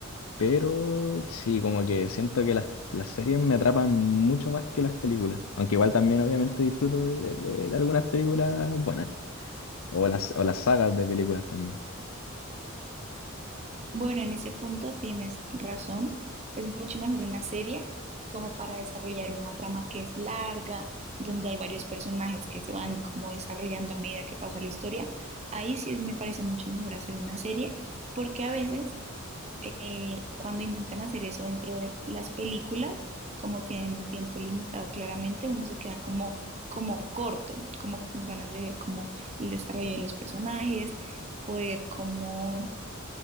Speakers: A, on the left; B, on the right.
A: Pero sí, como que siento que las, las series me atrapan mucho más que las películas, aunque igual también obviamente disfruto de, de- de- de algunas películas buenas o las, o las sagas de películas también.
B: Bueno, en ese punto tienes razón. Es mucho mejor una serie como para desarrollar una trama que es larga, donde hay varios personajes que se van como desarrollando a medida que pasa la historia. Ahí sí me parece mucho mejor hacer una serie, porque a veces eh, cuando intentan hacer eso dentro de las películas, como tienen un tiempo limitado claramente, uno se queda como, como corto, como con ganas de ver como el desarrollo de los personajes, poder como